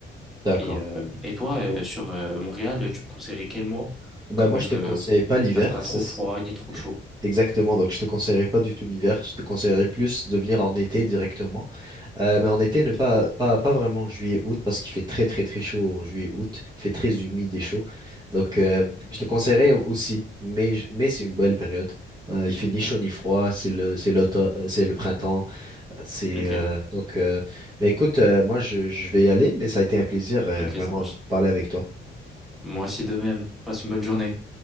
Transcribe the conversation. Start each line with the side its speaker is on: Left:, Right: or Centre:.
Right: D'accord.
Centre: Et, euh, et toi, euh, sur euh, Montréal, tu me conseillerais quel mois?
Right: Ben
Centre: Quand même,
Right: moi, je te
Centre: euh,
Right: conseille pas
Centre: qu'il
Right: l'hiver.
Centre: fasse pas trop
Right: ça, c'est-
Centre: froid ni trop chaud.
Right: Exactement. Donc, je te conseillerais pas du tout l'hiver. Je te conseillerais plus de venir en été directement. Euh, mais en été, ne
Centre: Ok,
Right: pas, pas, pas vraiment juillet-août parce qu'il fait très très très chaud en juillet-août. Il fait très humide et chaud. Donc, euh, je
Centre: ok,
Right: te conseillerais aussi. Mais, mais c'est une belle période. Euh, il fait ni chaud ni froid. C'est le, c'est l'automne, euh, c'est le printemps. C'est
Centre: ok,
Right: euh,
Centre: ouais.
Right: donc. euh, mais écoute, euh, moi je, je vais y aller. Mais ça a été un plaisir euh,
Centre: Ok,
Right: vraiment
Centre: ça marche.
Right: de parler avec toi.
Centre: Moi aussi de même. Passe une bonne journée.